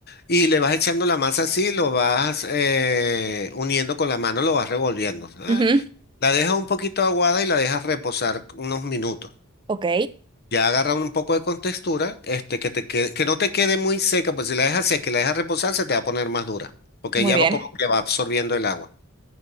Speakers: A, on the left; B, on the right.
A: y le vas echando la masa así, lo vas eh, uniendo con la mano, lo vas revolviendo. Ah,
B: Ujú.
A: La dejas un poquito aguada y la dejas reposar unos minutos.
B: Ok.
A: Ya agarra un poco de contextura, este, que te quede- que no te quede muy seca, pues si la dejas seca y la dejas reposar, se te va a poner más dura, porque
B: Muy
A: ya
B: bien.
A: va como que va absorbiendo el agua.